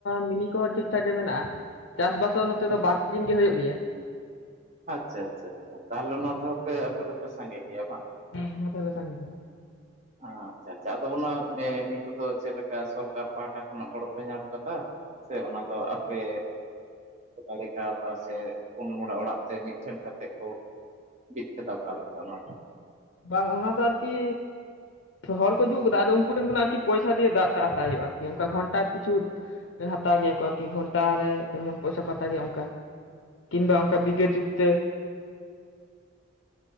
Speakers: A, on the left (about 60°); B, on the right (about 35°).
A: ᱢᱤᱱᱤ ᱠᱚᱦᱚᱸ ᱴᱷᱤᱠᱴᱷᱟᱠ ᱜᱮ ᱢᱮᱱᱟᱜᱼᱟ ᱪᱟᱥᱵᱟᱥ ᱦᱚᱸ ᱱᱚᱛᱮ
B: ᱢᱮ
A: ᱫᱚ ᱵᱟᱨ ᱥᱤᱡᱤᱱ ᱜᱮ ᱦᱩᱭᱩᱜ ᱜᱮᱭᱟ
B: ᱟᱪᱪᱷᱟ ᱟᱪᱪᱷᱟ ᱟᱪᱷᱟ ᱛᱟᱦᱚᱞᱮ ᱱᱚᱣᱟ ᱛᱮᱦᱚᱸᱯᱮ ᱟᱯᱮ ᱫᱚᱯᱮ ᱥᱟᱸᱜᱮ ᱜᱮᱭᱟ ᱵᱟᱝ
A: ᱦᱮᱸ ᱛᱷᱟᱮ ᱥᱟᱝᱜ ᱜᱮ
B: ᱟᱪᱪᱷᱟ ᱟᱪᱪᱷᱟ ᱟᱫᱚ ᱚᱱᱟ ᱢᱮ ᱱᱤ ᱠᱚᱫᱚ ᱪᱮᱫᱮ ᱞᱮᱠᱟ ᱥᱚᱨᱠᱟᱨ ᱯᱟᱦᱴᱟ ᱠᱷᱚᱱᱟᱜ ᱜᱚᱲᱚᱯᱮ ᱧᱟᱢ ᱠᱟᱫᱟ᱾ ᱥᱮ ᱚᱱᱟ ᱫᱚ ᱟᱯᱮ ᱫᱟᱲᱮ ᱠᱟᱣᱫᱟ ᱥᱮ ᱯᱩᱱ ᱢᱚᱬᱮ ᱚᱲᱟᱜ ᱛᱮ ᱢᱤᱫ ᱴᱷᱮᱱ ᱠᱟᱛᱮ ᱠᱚ <unintelligible> ᱟᱠᱟᱞᱮᱠᱟ ᱚᱱᱟ
A: ᱵᱟᱝ ᱚᱱᱟ ᱫᱚ ᱟᱨᱠᱤ ᱦᱚᱲ ᱠᱚ ᱡᱩᱛ ᱠᱮᱫᱟ ᱟᱫᱚ ᱩᱱᱠᱩ ᱴᱷᱮᱱ ᱠᱷᱚ ᱟᱨᱠᱤ ᱯᱚᱭᱥᱟ ᱫᱤᱭᱮ ᱫᱟᱜ ᱴᱟᱜ ᱦᱟᱛᱟᱣ ᱦᱩᱭᱩᱜ-ᱟ ᱟᱨᱠᱤ ᱚᱱᱠᱟ ᱜᱷᱚᱱᱴᱟ ᱯᱤᱪᱷᱩ ᱦᱟᱛᱟᱣ ᱜᱮᱭᱟ ᱠᱚ ᱟᱨᱠᱤ ᱜᱷᱚᱱᱴᱟᱮ ᱛᱮᱢᱚᱱ ᱯᱚᱭᱥᱟ ᱠᱚ ᱦᱟᱛᱟᱣ ᱜᱮᱭᱟ ᱚᱱᱠᱟ ᱠᱤᱢᱵᱟ ᱚᱱᱠᱟ ᱵᱤᱜᱮ ᱪᱩᱠᱛᱮ